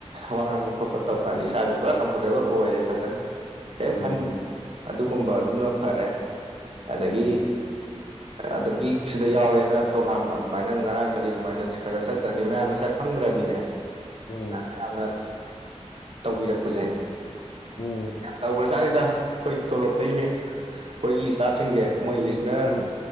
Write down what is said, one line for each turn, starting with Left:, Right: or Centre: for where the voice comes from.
Right: ꯋꯥ ꯉꯥꯡꯕ ꯈꯣꯠꯄ ꯇꯧꯀꯥꯟꯗ ꯏꯁꯥꯁꯦ ꯄꯨꯔꯥ ꯀꯝꯐꯣꯔꯇꯦꯕꯜ ꯑꯣꯏꯔꯦ ꯐꯖꯅ ꯀꯩꯝ
Left: ꯎꯝ ꯎꯝ
Right: ꯈꯟ ꯑꯗꯨꯒꯨꯝꯕ ꯑꯗꯨꯝꯅ ꯐꯔꯦ ꯑꯗꯒꯤ
Left: ꯎꯝ ꯎꯝ ꯎꯝ ꯎꯝ
Right: ꯑꯗꯒꯤ ꯁꯤꯗ ꯌꯥꯎꯔꯦꯅ ꯄ꯭ꯔꯣꯒꯥꯝ ꯑꯗꯨꯃꯥꯏꯅ ꯉꯔꯥꯡ ꯆꯠꯂꯤ ꯑꯗꯨꯃꯥꯏꯅ ꯈꯔ ꯒꯔ ꯆꯠ ꯅꯠꯇ꯭ꯔꯗꯤ ꯃꯌꯥꯝꯅ ꯁꯛꯈꯪꯗ꯭ꯔꯗꯤꯅꯦ
Left: ꯎꯝ
Right: ꯃꯌꯥꯝꯅ ꯇꯧꯕꯤꯔꯛꯄꯁꯦ
Left: ꯎꯝ
Right: ꯌꯥꯝ ꯇꯧꯒ꯭ꯔꯖꯥꯅꯤꯗ ꯑꯩꯈꯣꯏꯗꯤ ꯇꯣꯂꯣꯞꯇꯩ ꯍꯦꯟ ꯑꯩꯈꯣꯏꯒꯤ ꯏꯁꯇꯥꯞꯁꯤꯡꯖꯦ ꯃꯣꯏ ꯂꯤꯁꯅ꯭ꯔ
Left: ꯎꯝ